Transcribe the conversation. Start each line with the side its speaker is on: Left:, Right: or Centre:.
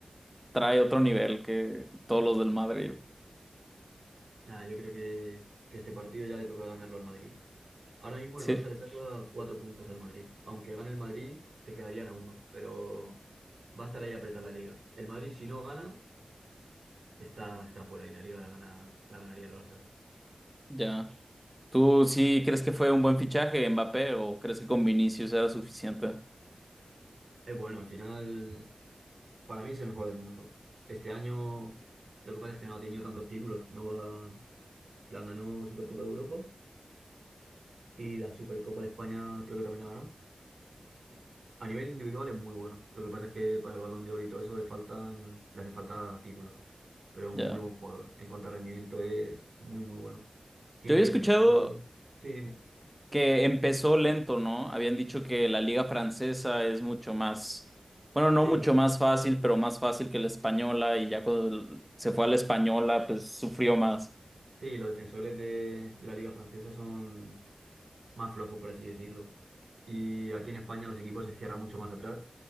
Centre: trae otro nivel que todos los del Madrid.
Right: Nada, yo creo que, que este partido ya le toca ganarlo al Madrid. Ahora mismo
Centre: Sí,
Right: el Barça le saca cuatro puntos al Madrid. Aunque gane el Madrid, se quedarían a uno. Pero va a estar ahí apretada la liga. El Madrid, si no gana, está, está fuera y la liga la gana, la ganaría el Barça.
Centre: ya. ¿Tú sí crees que fue un buen fichaje Mbappé o crees que con Vinicius era suficiente?
Right: Es bueno, al final para mí es el mejor del mundo. Este año lo que pasa es que no ha tenido tantos títulos. No va, plan, ganó Supercopa de Europa y la Supercopa de España creo que también la ganó. A nivel individual es muy bueno. Lo que pasa es que para el Balón de Oro y todo eso le faltan, le hace falta títulos. Pero
Centre: Ya.
Right: muy buen jugador. En cuanto a rendimiento es muy, muy bueno. ¿Quién
Centre: Yo
Right: crees
Centre: había escuchado
Right: que hace? Sí, dime.
Centre: que empezó lento, ¿no? Habían dicho que la liga francesa es mucho más, bueno, no
Right: Sí,
Centre: mucho
Right: la-
Centre: más fácil, pero más fácil que la española y ya cuando se fue a la española, pues sufrió más.
Right: sí, los defensores de, de la Liga Francesa son, más flojo, por así decirlo. Y aquí en España los equipos se cierran mucho más atrás.